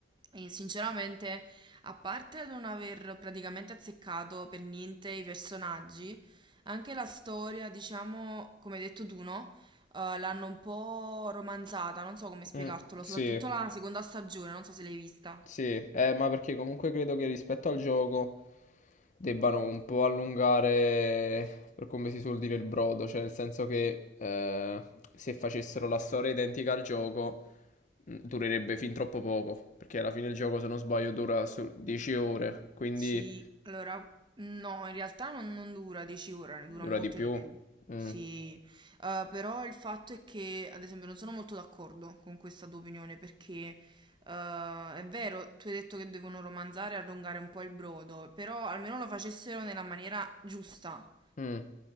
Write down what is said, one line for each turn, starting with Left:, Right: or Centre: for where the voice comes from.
Right: E sinceramente, a parte non aver praticamente azzeccato per niente i personaggi, anche la storia, diciamo, come hai detto tu, no? Eh, l'hanno un po' romanzata, non so come spiegartelo,
Left: Mm, sì,
Right: soprattutto la seconda stagione, non so se l'hai vista.
Left: sì, eh, ma perché comunque credo che rispetto al gioco debbano un po' allungare, per come si suol dire, il brodo, cioè nel senso che eh, se facessero la storia identica al gioco mh, durerebbe fin troppo poco, perché alla fine il gioco, se non sbaglio, dura su 10 ore, quindi
Right: Sì, allora, no, in realtà non, non dura 10 ore, ne
Left: dura
Right: dura molto
Left: di più.
Right: di più.
Left: Mm,
Right: Sì, Eh, però il fatto è che, ad esempio, non sono molto d'accordo con questa tua opinione perché eh, è vero, tu hai detto che devono romanzare e allungare un po' il brodo, però almeno lo facessero nella maniera giusta.
Left: mm,